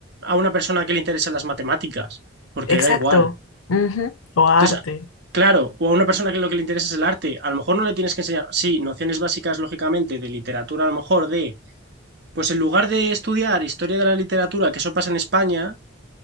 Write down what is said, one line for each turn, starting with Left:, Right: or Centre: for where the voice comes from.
Right: a una persona que le interesan las matemáticas, porque
Left: Exacto.
Right: le da igual.
Left: Ujú. O arte,
Right: Entonces, claro, o a una persona que lo que le interesa es el arte, a lo mejor no le tienes que enseñar, sí, nociones básicas, lógicamente, de literatura, a lo mejor de, pues en lugar de estudiar historia de la literatura, que eso pasa en España,